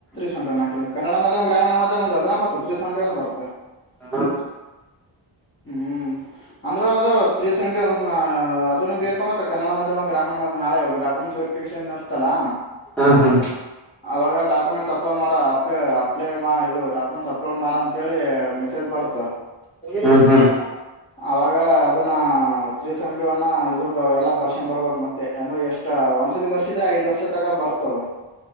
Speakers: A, on the left; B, in the centre.
A: ಸೆವೆಂಟನ್ಕ ಕನ್ನಡ ಮ ಗ್ರೀಣ ಮ ಅದ ಮತ್ತ ತ್ರೀ ಪರ್ಸೆಂಟ್ ಬರುತ್ತ
B: ಹಾ
A: ಹ್ಮ್. ಅಂದ್ರರು ಅದು ತ್ರೀ ಸೆಂಟ ಅದ ಬೇಕ ಮತ್ತೆ ಕನ್ನಡ ಮಾಧ್ಯ ಗ್ರಾಮೀಣ ಮಾಧ್ಯ ನಾ ಡಾಕ್ಯುಮೆಂಟ್.. ಚರ್ಪಿಕ ಇರ್ತಲ್ಲಾ..
B: ಹ್ಮ್ ಹ್ಮ್
A: ಅವಾಗ ಡಾಕ್ಯುಮೆಂಟ್ಸ್ ಅಪ್ಲೈ ಮಾಡ ಅಪ್ಲ ಅಪ್ಲೈ ಇದು ಡಾಕುಮೆಂಟ್ಸ್ ಅಪ್ಲೋಡ್ ಮಾಡ ಅಂತಿ ಮೆಸೇಜ್.. ಬರ್ತ.
B: ಹ್ಮ ಹ್ಮ್.
A: ಅವಾಗ ಅದನ್ನ ತ್ರೀ ಸೆವೆಂಟಿ ಒನ್ ಇದ್ರದದು ಎಲ್ಲಾ ಬರ್ಷೆನ್ ಬರ್ಬೇಕಕ್ ಮತ್ತೆ ಅಂದ್ರೆ ಎಷ್ಟ. ಒಂದ್ಸತಿ ಬರ್ಸಿದ್ರೆ ಐದ್ ವರ್ಷ ತಕ ಬರ್ತದ.